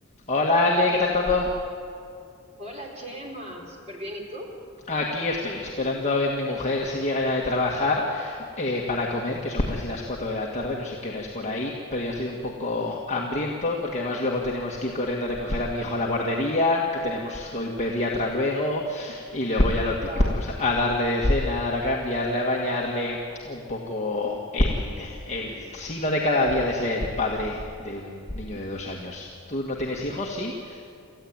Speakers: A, on the left; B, on the right.
A: Hola Ale, ¿qué tal todo?
B: Hola Chema, súper bien, ¿y tú?
A: Aquí estoy, esperando a ver mi mujer si llega ya de trabajar eh, para comer, que son casi las 4 de la tarde, no sé qué hora es por ahí, pero ya estoy un poco hambriento, porque además luego tenemos que ir corriendo a recoger a mi hijo a la guardería, que tenemos hoy pediatra luego, y luego ya lo típico,
B: Wow.
A: pues a darle de cenar, a cambiarle, a bañarle, un poco el, el sino de cada día de ser padre de un niño de dos años. ¿Tú no tienes hijos? ¿Sí?